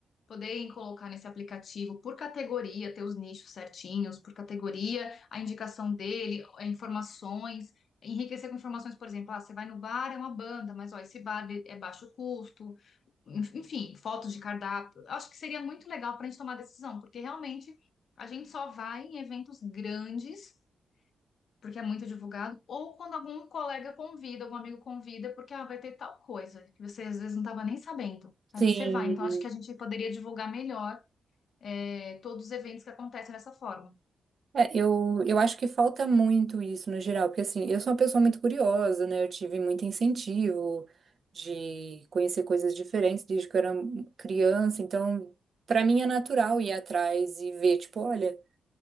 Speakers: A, on the left (about 65°); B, on the right (about 50°).
A: poderem colocar nesse aplicativo por categoria, ter os nichos certinhos, por categoria, a indicação dele, eh, informações, enriquecer com informações, por exemplo, ah, você vai no bar, é uma banda, mas ó, esse bar ele é baixo custo, enfim, fotos de cardápio. Acho que seria muito legal para a gente tomar decisão, porque realmente a gente só vai em eventos grandes, porque é muito divulgado, ou quando algum colega convida, algum amigo convida, porque ah, vai ter tal coisa que você às vezes não estava nem sabendo. Aí
B: Sim,
A: você vai. Então acho que a gente poderia divulgar melhor é, todos os eventos que acontecem dessa forma.
B: É, eu, eu acho que falta muito isso no geral, porque assim, eu sou uma pessoa muito curiosa, né? Eu tive muito incentivo de conhecer coisas diferentes desde que eu era criança, então para mim é natural ir atrás e ver, tipo, olha.